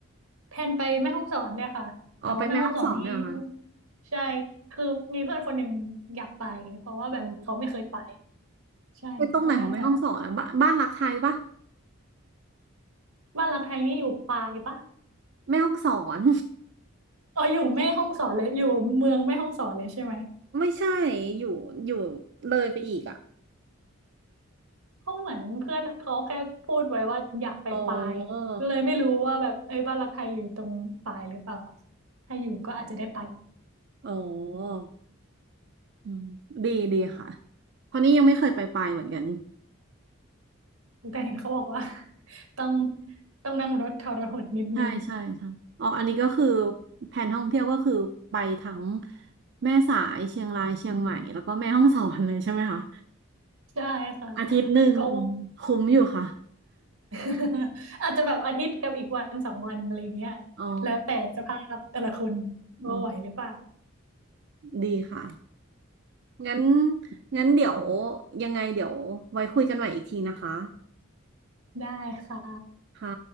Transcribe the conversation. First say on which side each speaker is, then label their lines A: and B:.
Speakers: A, on the right; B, on the right.
A: แพลนไปแม่ฮ่องสอนเนี่ยค่ะแต่ว่าแม่ฮ่องสอนนี้
B: ออกไปแม่ฮ่องสอนเนี่ยเหรอค่ะ
A: ใช่คือมีเพื่อนคนหนึ่งอยากไปเพราะว่าแบบเขาไม่เคยไป
B: อ๋อ
A: ใช่ก็น่าจะ
B: ไปตรงไหนของแม่ฮ่องสอนอะบ้านบ้านรักไทยปะ
A: บ้านหลักไทยนี่อยู่ปายปะ
B: แม่ฮ่องสอน
A: เอออยู่แม่ฮ่องสอนเลยอยู่เมืองแม่ฮ่องสอนเลยใช่ไหม
B: <laughs> ไม่ใช่อยู่อยู่เลยไปอีกอ่ะ
A: เขาเหมือนเพื่อนเขาแค่พูดไว้ว่าอยากไปปลายก็เลยไม่รู้ว่าแบบเอ้ยบ้านรักไทยอยู่ตรงปลายหรือเปล่า
B: อ๋อ
A: ถ้าอยู่ก็อาจจะได้ไป
B: อ๋อ อืมดีดีค่ะเพราะนี่ยังไม่เคยไปไปเหมือนกัน
A: แต่เห็นเขาบอกว่า <laughs> ต้องต้องนั่งรถทรหดนิดนึง
B: ใช่ใช่ใช่อ๋ออันนี้ก็คือแผนท่องเที่ยวก็คือไปทั้งแม่สายเชียงรายเชียงใหม่แล้วก็แม่ฮ่องสอนเลยใช่ไหมคะ
A: ใช่ค่ะ
B: อาทิตย์หนึ่งอืมคุ้มอยู่ค่ะ
A: แล้วก็ <laughs> อาจจะแบบอาทิตย์กับอีกวันสองวันอะไรอย่างเงี้ย
B: อ๋อ
A: แล้วแต่สภาพแต่ละคน
B: อ๋อ
A: ว่าไหวหรือเปล่า
B: ดีค่ะงั้นงั้นเดี๋ยวยังไงเดี๋ยวไว้คุยกันใหม่อีกทีนะคะ
A: ได้ค่ะ
B: ค่ะ